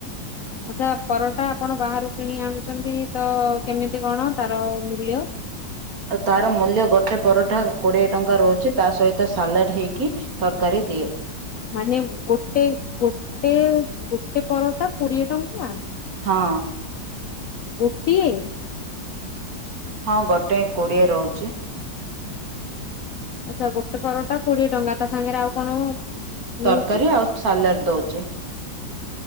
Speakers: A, on the left; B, on the right.
A: ଆଚ୍ଛା ପରଟା ଆପଣ ବାହାରୁ କିଣି ଆଣୁଛନ୍ତି ତ କେମିତି କଣ ତାର ମୂଲ୍ୟ?
B: ଆଉ ତାର ମୂଲ୍ୟ ଗୋଟେ ପରଟା କୋଡିଏ ଟଙ୍କା ରହୁଛି ତା ସହିତ ସାଲାଡ୍ ହେଇକି ତରକାରୀ ଦିଏ।
A: ମାନେ ଗୋଟେ ଗୋଟେ ଗୋଟେ ପରଟା କୋଡିଏ ଟଙ୍କା
B: ହଁ।
A: ଗୋଟିଏ
B: ହଁ ଗୋଟେ କୋଡିଏ ରହୁଛି।
A: ଆଚ୍ଛା ଗୋଟେ ପରଟା କୋଡିଏ ଟଙ୍କା ତା ସାଙ୍ଗରେ ଆଉ କଣ? ମିଳୁଛି
B: ତରକାରୀ ଆଉ ସାଲାଡ ଦଉଚି।